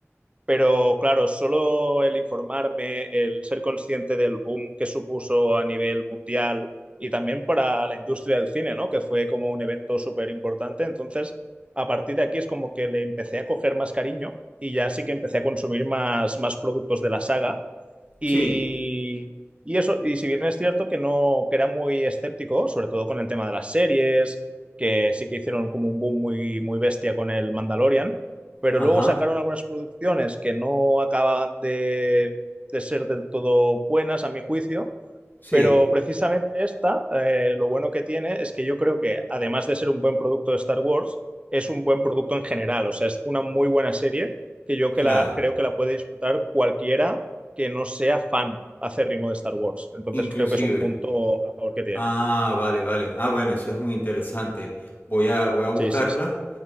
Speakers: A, on the right; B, on the left.
A: Pero claro, solo el informarme, el ser consciente del boom que supuso a nivel mundial y también para la industria del cine, ¿no? Que fue como un evento súper importante. Entonces, a partir de aquí es como que le empecé a coger más cariño y ya sí que empecé a consumir más, más productos de la saga. Y,
B: Sí,
A: y eso, y si bien es cierto que no, que era muy escéptico, sobre todo con el tema de las series, que sí que hicieron como un boom muy, muy bestia con el Mandalorian, pero
B: ajá,
A: luego sacaron algunas producciones que no acababan de, de ser del todo buenas, a mi juicio,
B: sí,
A: pero precisamente esta, eh, lo bueno que tiene es que yo creo que, además de ser un buen producto de Star Wars, es un buen producto en general. O sea, es una muy buena serie que yo que
B: ya,
A: la, creo que la puede disfrutar cualquiera que no sea fan acérrimo de Star Wars. Entonces
B: inclusive.
A: creo que es un punto a favor que tiene.
B: Ah, vale, vale. Ah, bueno, eso es muy interesante. Voy a, voy a buscarla
A: Sí, sí, sí.